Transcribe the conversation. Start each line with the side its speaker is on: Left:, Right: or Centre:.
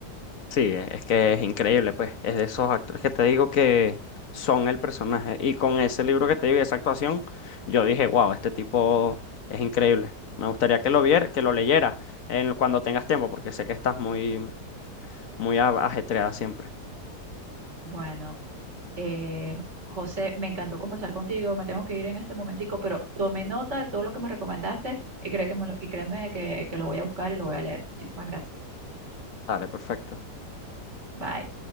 Left: Sí, es es que es increíble, pues. Es de esos actores que te digo que son el personaje. Y con ese libro que te digo, y esa actuación, yo dije, wow, este tipo es increíble. Me gustaría que lo vier, que lo leyeras en, cuando tengas tiempo, porque sé que estás muy, muy a- ajetreada siempre.
Right: Bueno. Eh, José, me encantó conversar contigo, me tengo que ir en este momentico, pero tomé nota de todo lo que me recomendaste y, cree que me lo- y créeme que, que lo voy a buscar y lo voy a leer. Muchísimas gracias.
Left: Dale, perfecto.
Right: Bye.